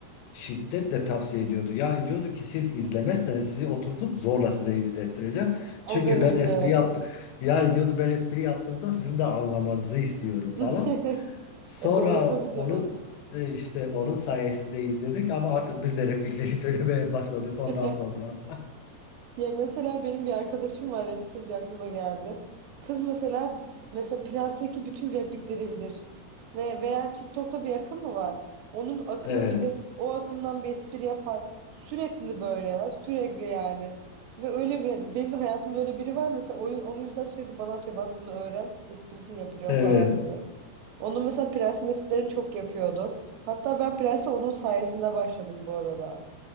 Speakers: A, on the left; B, on the right.
A: Şiddetle tavsiye ediyordu. Yani diyordu ki siz izlemezseniz sizi oturtup zorla size izlettireceğim.
B: O
A: Çünkü
B: derece.
A: ben espri yaptım. Yani diyordu ben espri yaptığımda sizin de anlamanızı istiyorum falan.
B: <laughs>
A: Sonra
B: E doğru tabii
A: onu
B: canım.
A: e, işte onun sayesinde izledik ama artık biz de replikleri <laughs> söylemeye başladık
B: <laughs>
A: ondan sonra.
B: Ya mesela benim bir arkadaşım var replikçi aklıma geldi. Kız mesela mesela Prens'teki bütün replikleri bilir. Ve veya TikTok'ta bir akım mı var? Onun
A: <laughs>
B: akımı
A: Evet.
B: bilir. O akımdan bir espri yapar. Sürekli böyle ya. Sürekli yani. Ve öyle bir, benim de hayatımda öyle biri var. Mesela oyun, onun yüzden sürekli bana atıyor. Bak bunu öğren. Esprisini yapacağım
A: Evet.
B: falan diye. Onun mesela Prens'in esprilerini çok yapıyordu. Hatta ben Prens'e onun sayesinde başladım bu arada.